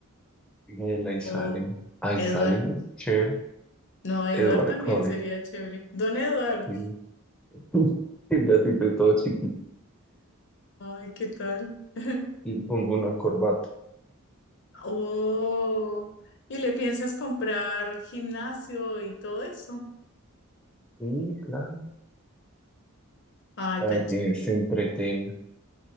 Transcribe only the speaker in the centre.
el Aisalem.
Aisalem
es chévere.
Edward
Cullen.
Y <laughs> el gatito es todo chiquito.
Y pongo una corbata.
Sí, claro.
Para
que
se entretenga.